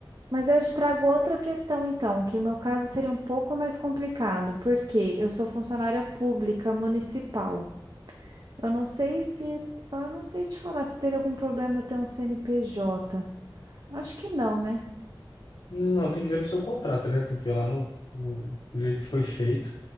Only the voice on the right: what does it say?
Mas eu te trago outra questão, então, que o meu caso seria um pouco mais complicado, porque eu sou funcionária pública municipal. Eu não sei se, eu não sei te falar se teria algum problema eu ter um CNPJ. Acho que não, né?